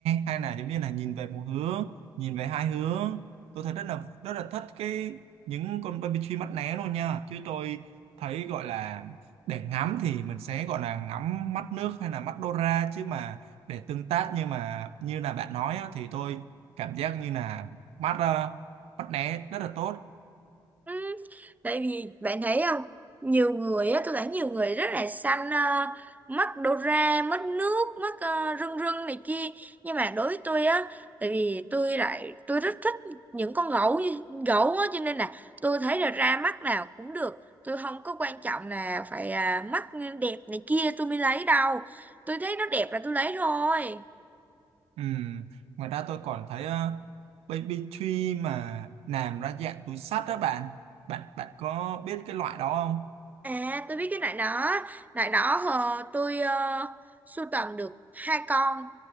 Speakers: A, on the right (about 75°); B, on the right (about 15°).
A: hay là giống như là nhìn về một hướng nhìn về hai hướng tôi thấy rất là rất là thích cái những con baby tree mắt né luôn nha chứ tôi thấy gọi là để ngắm thì mình sẽ gọi là ngắm mắt nước hay là mắt Dora chứ mà để tương tác nhưng mà như là bạn nói á, thì tôi cảm giác như là mắt ờ, bắt né rất là tốt
B: Ừ, tại vì bạn thấy không nhiều người á tôi thấy nhiều người rất là xanh ờ, mắt đô ra mất nước mắt ờ, rưng rưng này kia nhưng mà đối với tôi á tại vì tôi lại tôi rất thích những con gấu như- gấu á cho nên là tôi thấy là ra mắt nào cũng được tôi không có quan trọng là phải à, mắt đẹp này kia tôi mới lấy đâu tôi thấy nó đẹp là tôi lấy thôi
A: Ừm, ngoài ra tôi còn thấy ờ, baby tree mà làm ra dạng túi xách đó bạn bạn bạn có biết cái loại đó không
B: À, tôi biết cái nải đó. Nải đó hờ, tôi uh, sưu tầm được hai con.